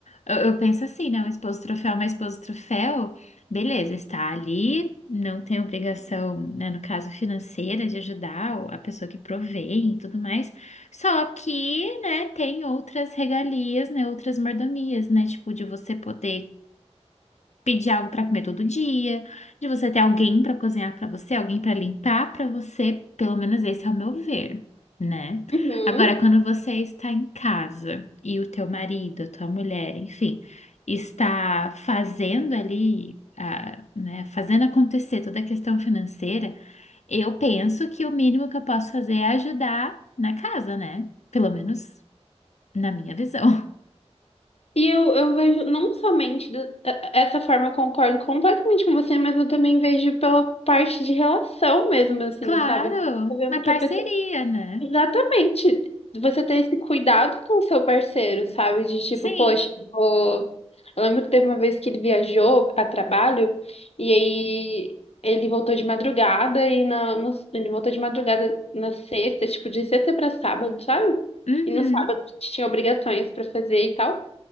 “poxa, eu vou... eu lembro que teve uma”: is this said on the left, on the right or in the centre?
Left